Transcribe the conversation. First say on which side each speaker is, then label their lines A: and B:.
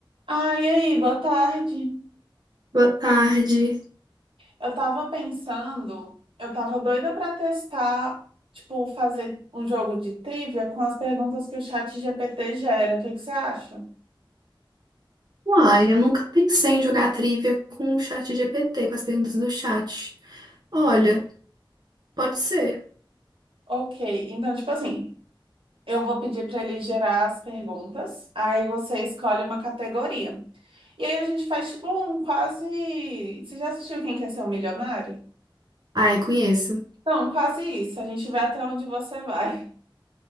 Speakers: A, on the right (about 80°); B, on the right (about 50°).
A: Ah, e aí, boa tarde.
B: Boa tarde.
A: Eu tava pensando, eu tava doida pra testar, tipo, fazer um jogo de trivia com as perguntas que o chat GPT gera. O que que você acha?
B: Uai, eu nunca pensei em jogar trivia com o chat GPT, com as perguntas do chat. Olha, pode ser.
A: Ok, então, tipo assim, eu vou pedir pra ele gerar as perguntas, aí você escolhe uma categoria. E aí a gente faz, tipo, um quase. Você já assistiu Quem Quer Ser um Milionário?
B: Ah, eu conheço.
A: Não, quase isso. A gente vê até onde você vai. <laughs>